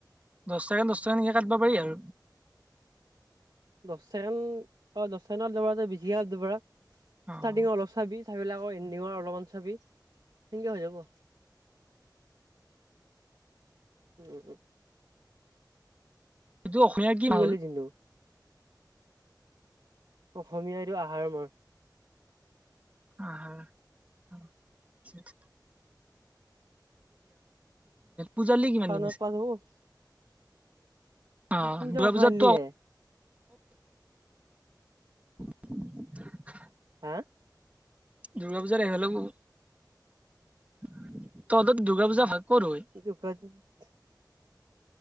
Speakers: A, on the right; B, on the right.
A: দহ চেকেণ্ড দহ চেকেণ্ডকে কাটিব পাৰি আৰু।
B: দহ চেকেণ্ড অ' দহ চেকেণ্ড বিছি দুবাৰ
A: অ',
B: ষ্টাৰ্টিঙৰ অলপ চাবি চাই পেলে আকৌ এণ্ডিঙৰ অলপমান চাবি সেনেকৈ হৈ যাব। উম, উম।
A: এইটো অসমীয়া কি মাহ
B: কলি
A: হ'ল?
B: জিন্তু অসমীয়া এইটো আহাৰ মাহ।
A: আহাৰ <unintelligible> পূজালে কিমান
B: শাওনত
A: দিন আছে?
B: ক্লাছ হ'ব
A: অ',
B: পূজা
A: দুৰ্গা
B: মাথা
A: পূজাততো
B: মাৰলিয়ে!
A: <inaudible>
B: হা?
A: দুূৰ্গা পূজাত আহব লাগবো। তহঁতৰ দুৰ্গা পূজা ভাগ ক'ত হয়?
B: <inaudible>